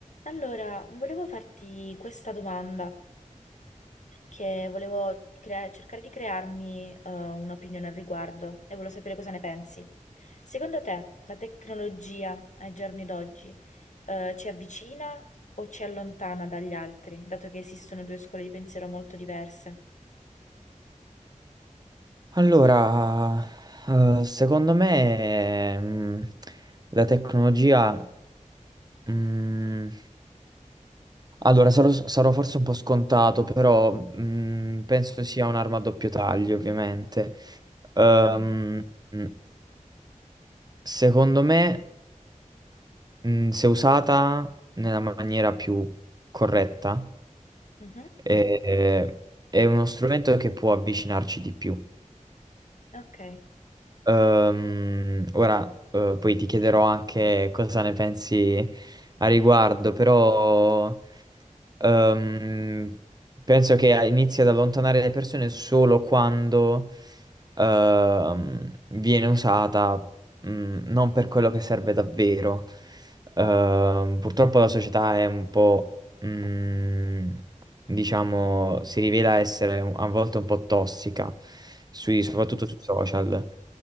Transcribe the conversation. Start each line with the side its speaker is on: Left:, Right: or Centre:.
Left: Allora, volevo farti questa domanda, che volevo crea- cercare di crearmi eh, un'opinione al riguardo e volevo sapere cosa ne pensi. Secondo te, la tecnologia ai giorni d'oggi eh, ci avvicina o ci allontana dagli altri, dato che esistono due scuole di pensiero molto diverse?
Right: Allora, eh, secondo me, mm, la tecnologia, mm, allora sarò, sarò forse un po' scontato, però, mm, penso sia un'arma a doppio taglio, ovviamente. Ehm,
Left: Mm,
Right: mm, secondo me, mm, se usata nella maniera più corretta,
Left: mhm,
Right: eh, è uno strumento che può avvicinarci di più.
Left: Ok.
Right: Ehm, ora, eh, poi ti chiederò anche cosa ne pensi a riguardo, però ehm, penso che inizi ad allontanare le persone solo quando ehm, viene usata mm, non per quello che serve davvero. Ehm, purtroppo la società è un po', mm, diciamo, si rivela essere un- a volte un po' tossica, sui-
Left: mm.
Right: soprattutto sui social,